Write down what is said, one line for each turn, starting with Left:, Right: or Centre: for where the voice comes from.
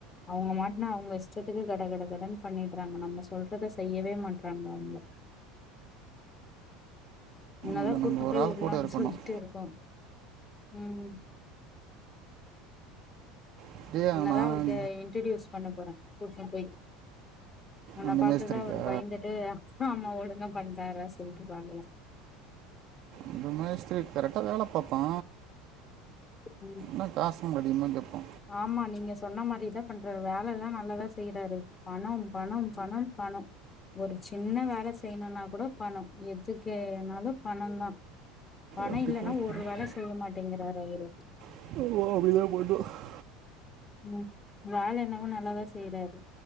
Left: அவங்க மாட்டுனா அவங்க இஷ்டத்துக்கு கட கட கடன்னு பண்ணிட்றாங்க நம்ம சொல்றத செய்யவே மாட்றாங்க அவுங்க உன்னதா
Right: அது
Left: கூப்ட்னு
Right: நம்ம ஒரு
Left: போயி
Right: ஆள்
Left: உட்லான்னு
Right: கூட இருக்கணும்
Left: சொல்டு இருக்கோ உம்
Right: அப்படியே
Left: உன்னதா
Right: நான்
Left: அவருக்கு இன்ரட்டியூஸ் பண்ண போறே கூப்டுனு போய் உன்ன
Right: அந்த
Left: பாத்துதா
Right: மேஸ்திரிக்கா
Left: அவரு பயந்துட்டு ஆமா ஒழுங்கா பண்றார சொல்லிட்டுரு பாக்ளாம்
Right: இந்த மெஸ்த்ரீ கரெக்டா வேல பாப்பா
Left: ம்
Right: ஆனா காசும் அதிகமா கேப்பா
Left: ஆமா நீங்க சொன்ன மாரிதா பண்றாரு வேலலா நல்லதா செய்றாரு பணம் பணம் பணம் பணம் ஒரு சின்ன வேல செய்ணுனா கூட பணோ எதுக்குனாலு பணோந் தா பணம்
Right: அப்படி
Left: இல்லன்னா
Right: தான்
Left: ஒரு வேல செய்ய மாட்டேங்கிறாரு அவரு
Right: <unintelligible>
Left: ம் வேல என்னவோ நல்லாதா செய்றாரு